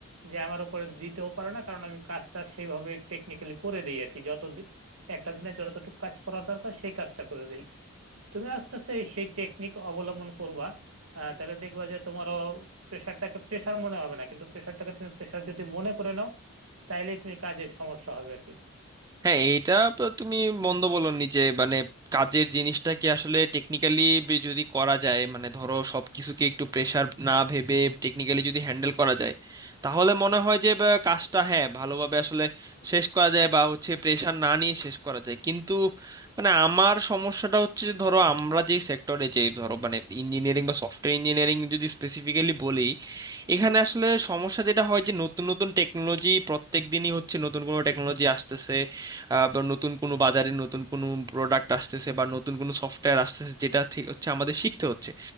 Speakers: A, on the right; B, on the right.
A: যে আমার উপরে দিতেও পারে না কারণ আমি কাজটা সেইভাবে টেকনিক্যালি করে দিই আর কি যত দি- একটা দিনে যতটুকু কাজ করা দরকার সেই কাজটা করে দিই তুমি আস্তে আস্তে সেই টেকনিক অবলম্বন করবা আহ, তাহলে দেখবা যে তোমারও প্রেশারটাকে প্রেশার মনে হবে না কিন্তু প্রেশারটাকে তুমি প্রেশার যদি মনে করে নাও তাইলে তুমি কাজে সমস্যা হবে আর কি
B: হ্যাঁ এইটা তো তুমি মন্দ বলনি যে মানে কাজের জিনিসটাকে আসলে টেকনিক্যালি যদি করা যায় মানে ধরো সবকিছুকে একটু প্রেসার না ভেবে টেকনিক্যালি যদি হ্যান্ডেল করা যায় তাহলে মনে হয় যে বা, কাজটা হ্যাঁ ভালোভাবে আসলে শেষ করা যায় বা হচ্ছে প্রেসার না নিয়ে শেষ করা যায় কিন্তু মানে আমার সমস্যাটা হচ্ছে যে ধরো আমরা যে সেক্টরে যে ধরো মানে ইঞ্জিনিয়ারিং বা সফটওয়্যার ইঞ্জিনিয়ারিং যদি স্পেসিফিক্যালি বলি এখানে আসলে সমস্যা যেটা হয় যে নতুন নতুন টেকনোলজি প্রত্যেক দিনই হচ্ছে নতুন কোনো টেকনোলজি আসতেছে আহ, বা নতুন কোনো বাজারে নতুন কোনো প্রোডাক্ট আসতেছে বা নতুন কোনো সফটওয়্যার আসতেছে যেটা থেকে হচ্ছে আমাদের শিখতে হচ্ছে